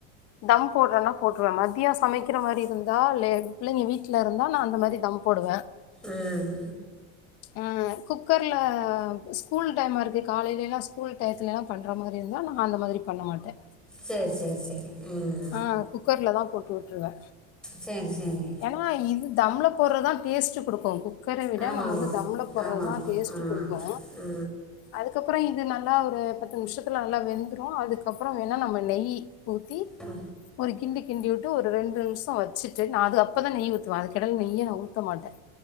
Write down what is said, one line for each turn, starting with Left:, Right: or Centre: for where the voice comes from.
Left: தம் போடுறன்னா போட்ருவே மதிய சமைக்கிற மாரி இருந்தா லே பிள்ளைங்க வீட்ல இருந்தா நா அந்த மாரி தம் போடுவ
Centre: ம்
Left: ம் கு குக்கர்ல ஸ்கூல் டைமா இருக்கு காலையிலலா ஸ்கூல் டையத்துலலா பண்ற மாரி இருந்தா நா அந்த மாதிரி பண்ண மாட்ட
Centre: செரி செரி செரி ம்
Left: ஆ குக்கர்ல தா போட்டு வுட்ருவ
Centre: செரி செரி
Left: ஏனா இது தம்ள போடுறதா டேஸ்ட்டு குடுக்கு குக் குக்கர விட
Centre: ஆமா
Left: நம்ம
Centre: ஆமா
Left: வந்து தம்ள போடுறதுதா
Centre: ஆமா ஆமா
Left: டேஸ்டு
Centre: ஆ
Left: குடுக்கு
Centre: ஆ
Left: அதுக்கப்பற இது நல்லா ஒரு பத்து நிமிஷத்துல நல்லா வெந்துரு அதுக்கப்பற வேனா நம்ப நெய் ஊத்தி
Centre: ம்
Left: ஒரு கிண்டு கிண்டி வுட் ஒரு ரெண்டு நிமிஷோ வச்சுட்டு நா அது அப்ப தா நெய் ஊத்துவே அதுக்கெடைல நெய்ய நா ஊத்த மாட்டே